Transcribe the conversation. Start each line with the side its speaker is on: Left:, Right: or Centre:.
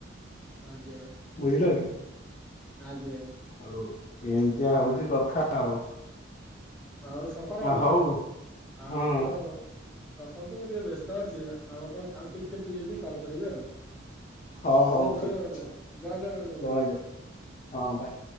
Centre: ଆଜ୍ଞା
Left: ବୁଝିଲ କି
Centre: ଆଜ୍ଞା
Left: ଆଉ ଏମିତିଆ ହଉଛି କଥା ଆଉ।
Centre: ଆଉ ଶଙ୍କର ବାବୁ
Left: ହଉ
Centre: ଆ
Left: ହଁ
Centre: ଆପଣ ରଖନ୍ତୁ ମୁଁ ଟିକେ ବ୍ୟସ୍ତ ଅଛି ଆଉ ଆପଣ ଆଉ ଟିକେ ଫ୍ରି ହେଇକି କଲ୍ କରିବେ ଆଉ।
Left: ହଉ
Centre: ବନ୍ଧୁ
Left: ହଉ
Centre: ଜୟ
Left: ଠିକ
Centre: ଜଗନ୍ନାଥ
Left: ଅଛି ହଉ
Centre: ଜୟ ଜଗନ୍ନାଥ ବନ୍ଧୁ।
Left: ଜୟ ଜଗନ୍ନାଥ ହଁ ଭାଇ।